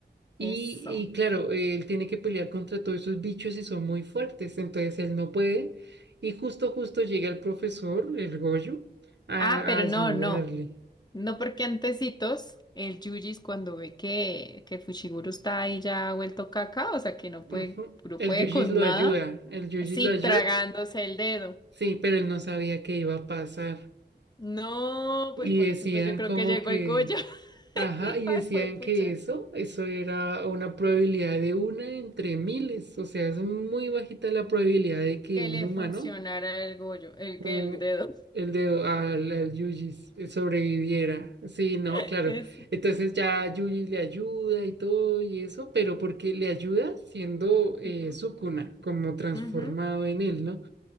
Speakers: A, on the right; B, on the left.
A: Y,
B: eso.
A: y claro, él tiene que pelear contra todos esos bichos y son muy fuertes, entonces él no puede. Y justo, justo llega el profesor, el Goyo, a,
B: Ah, pero
A: a ayudarle.
B: no, no. No porque antecitos, el Yujis cuando ve que, que Fushiguro está ahí ya vuelto caca, o sea que no puede,
A: Ujú.
B: no
A: El
B: puede
A: Yujis
B: con
A: lo
B: nada.
A: ayuda, el Yujis
B: Sí,
A: lo ayuda,
B: tragándose el dedo.
A: sí, pero él no sabía qué iba a pasar.
B: No, pues
A: Y
B: por
A: decían
B: eso entonces yo creo
A: como
B: que llegó
A: que,
B: el Goyo. <laughs>
A: ajá,
B: Y Dijo,
A: y decían
B: ay, juepucha,
A: que eso, eso era una probabilidad de una entre miles, o sea, es muy bajita la probabilidad de que
B: que
A: un
B: le
A: humano
B: funcionara el Goyo, el
A: o
B: que el dedo.
A: el de al, al Yuji eh, sobreviviera. Sí, no,
B: <laughs>
A: claro.
B: Ese.
A: Entonces ya Yuji le ayuda y todo y eso, pero porque le ayuda siendo eh,
B: Ujú,
A: Sukuna, como transformado
B: ujú,
A: en él, ¿no?